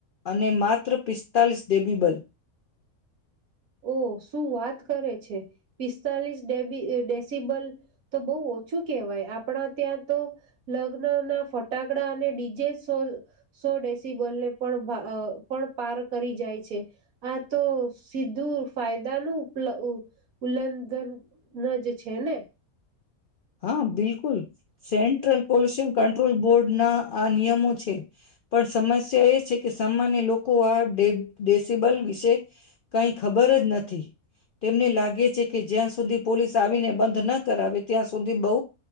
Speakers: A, on the left; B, on the right.
A: અને માત્ર પિસ્તાલીસ ડેબીબલ.
B: ઓહ, શું વાત કરે છે! પિસ્તાલીસ ડેબી ડેસિબલ તો બોવ ઓછું કહેવાય આપણા ત્યાં તો લગ્નના ફટાકડા અને ડીજે સો સો ડેસિબલને પણ પણ પા પાર કરી જાય છે આ તો સીધું ફાયદાનુ ઉપલ ઉલ્લંઘન જ છે ને
A: હા બિલકુલ સેન્ટ્રલ પોલ્યુશન કંટ્રોલ બોર્ડના આ નિયમો છે પણ સમસ્યા એ છે કે સામાન્ય લોકો આ ડેબ ડેસીબલ વિશે કઈ ખબર જ નથી તેમને લાગે છે કે જ્યાં સુધી પોલીસ આવીને બંધ ન કરાવે ત્યાં સુધી બહુ